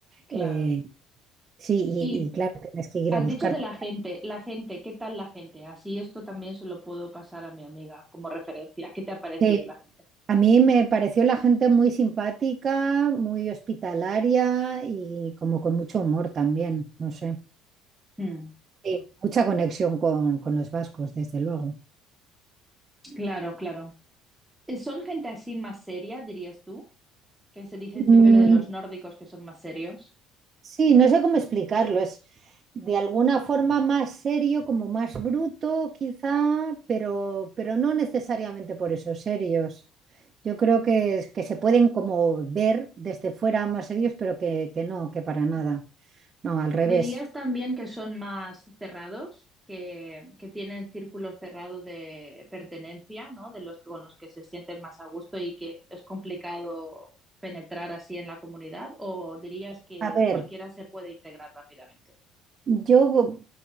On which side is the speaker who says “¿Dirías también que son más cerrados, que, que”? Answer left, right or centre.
Centre